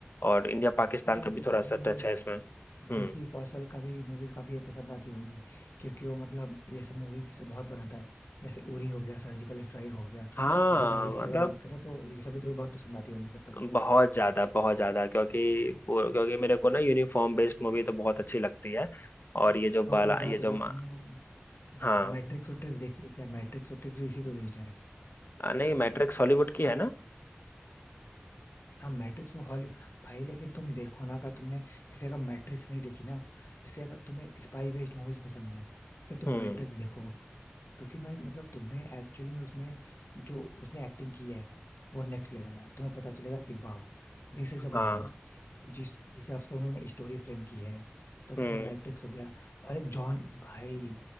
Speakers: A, on the left; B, on the left.
A: और इंडिया पाकिस्तान
B: फिर तो तुम
A: का भी थोड़ा
B: तुम्हें
A: सा
B: वो
A: टच है इसमें हम्म
B: विकी कौशल का भी मूवी काफी पसंद आती होंगी क्योंकि वो मतलब ये सब मूवीज पे बहुत बनाता है जैसे उरी हो गया सर्जिकल स्ट्राइक हो गया
A: हाँ
B: ये सब मूवीज
A: मतलब
B: की अगर बात करें तो ये सभी तुम्हें बहुत पसंद आती होंगी फिर तो,
A: बहुत ज्यादा बहुत ज्यादा क्योंकि वो- क्योंकि मेरे को ना यूनिफॉर्म बेस्ड मूवी तो बहुत अच्छी लगती है और ये जो
B: तो
A: बाला
B: एक बात
A: ये जो
B: बताओ
A: मा-
B: तुमने वो
A: हाँ
B: मैट्रिक्स वैट्रिक्स देखी है क्या मैट्रिक्स वैट्रिक्स भी इसी पे बेस्ड है
A: आ, नहीं मैट्रिक्स हॉलीवुड की है ना
B: हाँ मैट्रिक्स वो हॉली भाई लेकिन तुम देखो ना का तुमने जैसे अगर मैट्रिक्स नहीं देखी ना जैसे अगर तुम्हें स्पाई बेस्ड मूवीज पसंद है फिर तुम
A: हम्म
B: मैट्रिक्स देखो क्योंकि मैं मतलब तुम्हें एक्चुअली में उसमें जो उसने एक्टिंग की है वो नेक्स्ट लेवल है तुम्हें पता चलेगा कि वाह दिस इज अ मूवी
A: हाँ
B: जिस जिस हिसाब से उन्होंने स्टोरी फ्रेम की है तो मतलब
A: हम्म
B: मैट्रिक्स हो गया और एक जॉन भाई